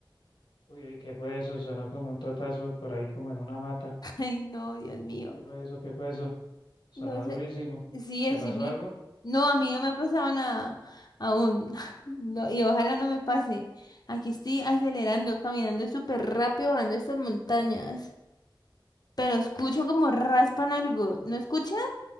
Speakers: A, on the left; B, on the left.
A: Uy, uy, ¿qué fue eso? Sonó como un totazo por ahí, como en una mata.
B: <laughs> Ay, no, Dios mío.
A: ¿Qué fue eso? ¿Qué fue eso? Sonó
B: No sé.
A: durísimo.
B: Sí, es
A: ¿Te pasó
B: mi...
A: algo?
B: No, a mí no me ha pasado nada aún. <laughs> No, y ojalá no me pase. Aquí estoy acelerando, caminando súper rápido, bajando estas montañas. Pero escucho como raspan algo. ¿No escuchas?